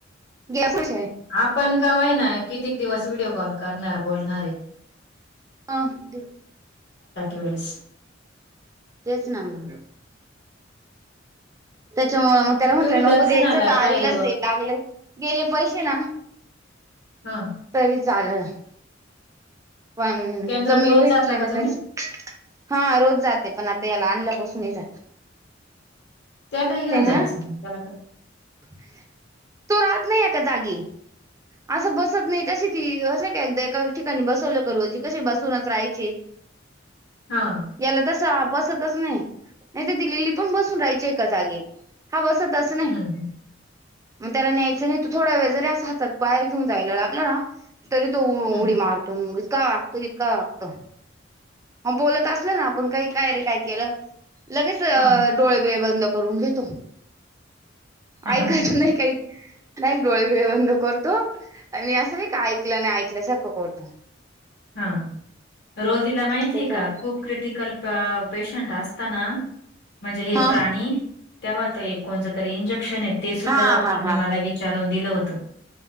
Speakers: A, on the right (about 15°); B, on the left (about 60°).
A: ग्याफूश पाशी पैसे.
B: आपण कवा एना कित्येक दिवस व्हिडिओ कॉल करणार बोलणार ए?
A: आ देऊ.
B: वेळेस
A: तेच ना म, त्याच्यामुळे मग त्याला म्हंटलं
B: तुम्ही दर्शनाला
A: नको द्यायचं त
B: काय
A: आईलाच दे, लागलंय गेले पैशे ना.
B: हा
A: तरी चालेल. पण
B: केंद्रात
A: कमी
B: रोज
A: भेटले
B: जाता का
A: ना
B: तुम्ही
A: तर. हा रोज जाते, पण आता याला आणल्यापासून ‌नई जात.
B: त्याला घेऊन
A: ना
B: जायचं त्याला काय.
A: तू राहत नाई‌ए का जागी? असं बसत नाही तशी ती असं का एकदा एका ठिकाणी बसवलं करूजे कसे बसवूनच राहायचे <unintelligible>
B: हा.
A: याला तसं बसतच नाही, नाही तर दिल्लीली पण बसून राहायची एका जागी. हा बस तस नाही
B: हम्म
A: मग त्याला न्यायचं नाही त थोडा वेळ जरी असं हातात बाहेर घेऊन जायला लागलं ना. तरी तो
B: हम्म
A: उडी मारतो, उगीच का कधी का असं. म बोलत असलो ना आपण का काय रे काय केलं? लगेच
B: हा
A: डोळे बीळे बंद करून घेतो,
B: हा
A: ऐकत नई‌ काही. लई डोळे बीळे बंद करतो आणि असं नई का ऐकलं न ऐकल्यासारखं करतो.
B: हा रोजीला माहितीय
A: त्याच्या
B: का खूप क्रिटिकल पा-पेशंट असताना. म्हणजे हे
A: हा.
B: प्राणी, तेव्हा तो एक. कोणतं तरी इंजेक्शन आहे ते सुद्धा
A: हा
B: डॉक्टरने
A: हा हा
B: मला विचारून दिलं होतं.